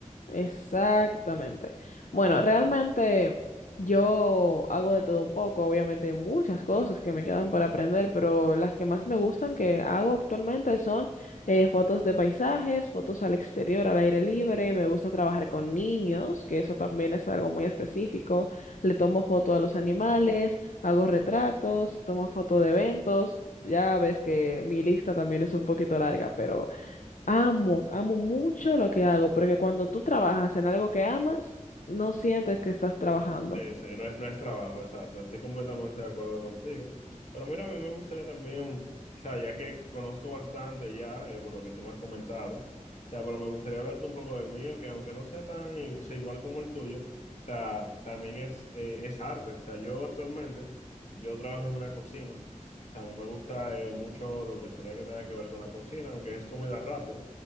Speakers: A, on the left (about 75°); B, on the left (about 60°).
A: exactamente. Bueno, realmente yo hago de todo un poco, obviamente hay muchas cosas que me quedan para aprender, pero las que más me gustan que hago actualmente son eh, fotos de paisajes, fotos al exterior, al aire libre, me gusta trabajar con niños, que eso también es algo muy específico, le tomo foto a los animales, hago retratos, tomo foto de eventos, ya ves que mi lista también es un poquito larga, pero... Amo, amo mucho lo que hago, porque cuando tú trabajas en algo que amas, no sientes que estás trabajando.
B: Sí, sí, no es, no es trabajo, exacto. Estoy completamente de acuerdo contigo. Pero mira, a mí me gustaría también, o sea, ya que conozco bastante ya, eh, por lo que tú me has comentado, o sea, pero me gustaría hablarte un poco del mío, que aunque no sea tan, eh, o sea, igual como el tuyo, o sea, también es, eh, es arte. O sea, yo actualmente, yo trabajo en una cocina. O sea, a mí me gusta eh, mucho lo que sería que tenga que ver con la cocina, aunque es comida rápida